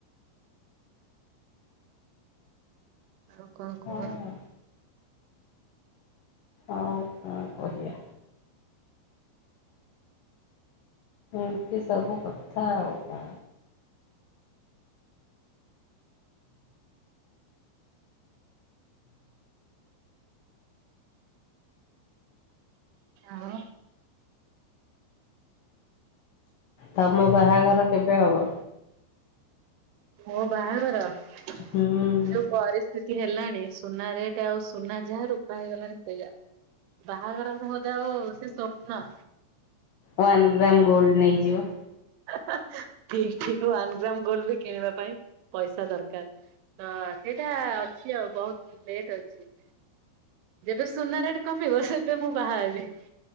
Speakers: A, on the right (about 80°); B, on the left (about 80°).
A: ଆଉ କଣ
B: ହଁ
A: କୁହ?
B: ଆଉ କଣ କହିବା ଏମତି ସବୁ କଥା ଆଉ କଣ।
A: ଆଉ।
B: ତମ ବାହାଘର କେବେ ହବ?
A: ମୋ ବାହାଘର। ଯୋଉ ପରିସ୍ଥି
B: ହୁଁ
A: ପରିସ୍ଥିତି ହେଲାଣି, ସୁନା ରେଟ୍ ଆଉ ସୁନା ଯାହା ରୂପା ହେଇଗଲାଣି ସେଇଆ। ବାହାଘର ବୋଧେ ଆଉ ସେ ସ୍ୱପ୍ନ।
B: ୱାନ୍ ଗ୍ରାମ ଗୋଲ୍ଡ ନେଇଯିବ।
A: <unintelligible> ୱାନ ଗ୍ରାମ ଗୋଲ୍ଡ ବି କିଣିବା ପାଇଁ ପଇସା ଦରକାର। ହଁ, ସେଇଟା ଅଛି ଆଉ ବହୁତ ଲେଟ୍ ଅଛି। ଯେବେ ସୁନା ରେଟ୍ କମିବ, ସେବେ ମୁଁ ବାହା ହେବି।